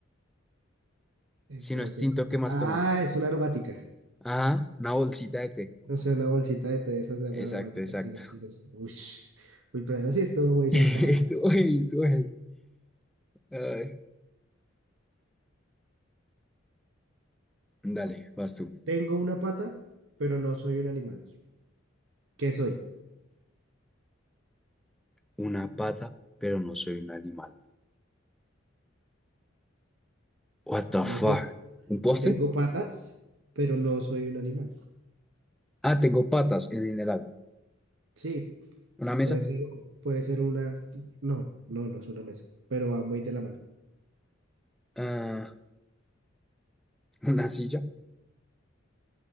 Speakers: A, on the right; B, in the centre.
A: <laughs> Entra
B: Si no es
A: seco.
B: tinto, ¿qué
A: y-
B: más
A: Ah,
B: toman?
A: es una aromática.
B: ajá una bolsita de té.
A: No sé, una bolsita de té de esas de agua
B: Exacto,
A: aromática,
B: exacto.
A: sí, sí, sí. sí. Uy, uy, pero esa sí estuvo
B: <laughs>
A: muy
B: Estuvo
A: sacada.
B: ahí, estuvo ahí. Ay, Dale, vas tú.
A: Tengo una pata, pero no soy un animal. ¿Qué soy?
B: Una pata, pero no soy un animal. What the
A: O
B: fuck?
A: Más bien,
B: ¿Un poste?
A: tengo patas, pero no soy un animal.
B: Ah, tengo patas en general.
A: Sí,
B: ¿Una mesa?
A: puede ser, puede ser una. No, no, no es una mesa, pero va muy de la mano.
B: Ah, <laughs> ¿una silla?